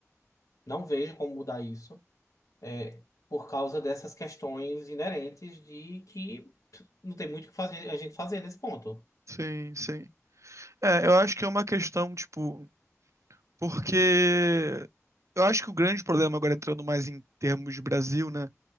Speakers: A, on the left; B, on the right.
A: Não vejo como mudar isso, é, por causa dessas questões inerentes de que pff, não tem muito o que fazer a gente fazer nesse ponto.
B: Sim, sim. É, eu acho que é uma questão, tipo, porque eu acho que o grande problema, agora entrando mais em termos de Brasil, né?